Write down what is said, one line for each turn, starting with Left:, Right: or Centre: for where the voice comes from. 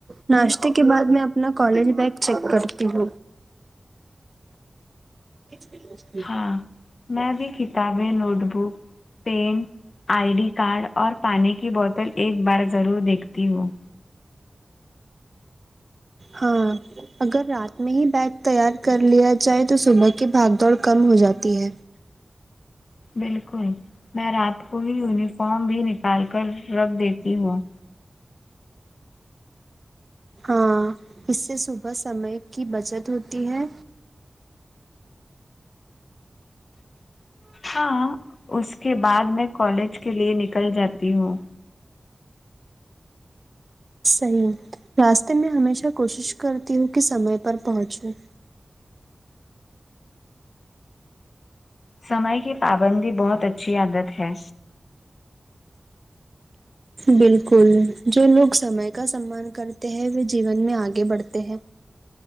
Right: ناشتے کے بعد میں اپنا کالج بیگ چیک کرتی ہوں <inaudible>
Left: ہاں میں بھی کتابیں notebook pen I D card اور پانی کی بوتل ایک بار ضرور دیکھتی ہوں
Right: ہاں اگر رات میں ہی بیگ تیار کر لیا جائے تو صبح کی بھاگ دوڑ کم ہو جاتی ہے
Left: بالکل میں رات کو ہی یونیفارم بھی نکال کر رکھ دیتی ہوں
Right: ہاں اس سے صبح سمے کی بچت ہوتی ہے
Left: ہاں اس کے بعد میں کالج کے لیے نکل جاتی ہوں
Right: صحیح راستے میں ہمیشہ کوشش کرتی ہوں کہ سمے پر پہنچوں
Left: سمئے کی پابندی بہت اچھی عادت ہے
Right: بالکل جو لوگ سمے کا سمان کر ہیں وہ جیون میں آگے بڑھتے ہیں